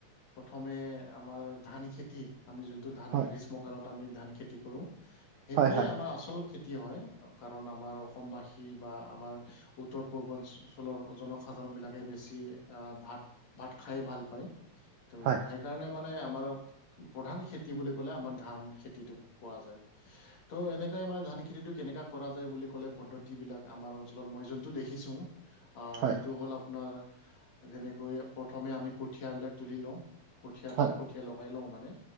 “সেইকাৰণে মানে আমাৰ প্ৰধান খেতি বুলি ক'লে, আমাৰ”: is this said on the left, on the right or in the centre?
Left